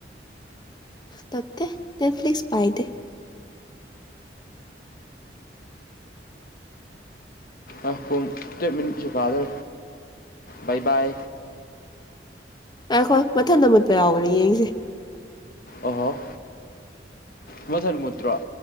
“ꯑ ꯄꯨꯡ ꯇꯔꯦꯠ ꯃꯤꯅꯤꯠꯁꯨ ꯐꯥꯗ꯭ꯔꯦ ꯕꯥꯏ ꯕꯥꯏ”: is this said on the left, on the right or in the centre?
Left